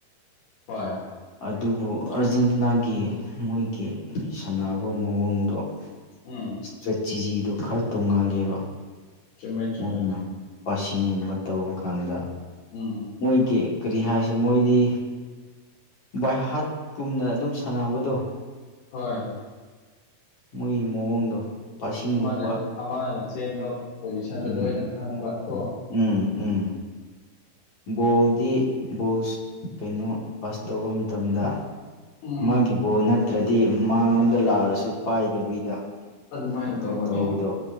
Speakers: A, on the left; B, on the left.
A: ꯍꯣꯏ
B: ꯑꯗꯨꯕꯨ ꯑꯥꯔꯖꯦꯟꯇꯤꯅꯥꯒꯤ ꯃꯣꯏꯒꯤ ꯁꯥꯟꯅꯕ ꯃꯑꯣꯡꯗꯣ <inaudible>
A: ꯎꯝ
B: ꯏꯁꯇ꯭ꯔꯦꯇꯤꯖꯤꯗꯣ ꯈꯔ ꯇꯣꯡꯉꯥꯜꯂꯦꯕ
A: ꯆꯨꯝꯃꯦ ꯆꯨꯝꯃꯦ
B: ꯃꯣꯏꯅ
A: ꯆꯨꯝꯃꯦ
B: ꯄꯥꯁꯤꯡꯒꯨꯝꯕ ꯇꯧꯕ ꯀꯥꯟꯗ
A: ꯎꯝ
B: ꯃꯣꯏꯒꯤ ꯀꯔꯤ ꯍꯥꯏꯁꯤ ꯃꯣꯏꯗꯤ ꯕꯥꯏ ꯍꯠ ꯀꯨꯝꯅ ꯑꯗꯨꯝ ꯁꯥꯟꯅꯕꯗꯣ
A: ꯍꯣꯏ
B: ꯃꯣꯏꯒꯤ ꯃꯑꯣꯡꯗꯣ ꯄꯥꯁꯤꯡꯒꯨꯝꯕ
A: ꯑꯃꯅ ꯑꯃꯅ ꯆꯦꯟꯕ ꯄꯣꯖꯤꯁꯟꯗ
B: ꯎꯝ
A: ꯂꯣꯏꯅ ꯈꯪꯕ ꯀꯥꯣ
B: ꯎꯝ ꯎꯝ ꯎꯝ ꯕꯣꯜꯗꯤ ꯕꯣꯜ ꯀꯩꯅꯣ ꯐꯥꯁ ꯇꯧꯕ ꯃꯇꯝꯗ
A: ꯎꯝ
B: ꯃꯥꯒꯤ ꯕꯪꯟ ꯝꯔꯨꯅꯠꯇ꯭ꯔꯗꯤ ꯃꯥꯉꯣꯟꯗ ꯂꯥꯛꯑꯔꯁꯨ ꯄꯥꯏꯗꯕꯤꯗ
A: ꯑꯗꯨꯃꯥꯏꯅ
B: ꯑꯗꯨꯝ
A: ꯇꯧꯕꯅꯦ
B: ꯇꯧꯕꯗꯣ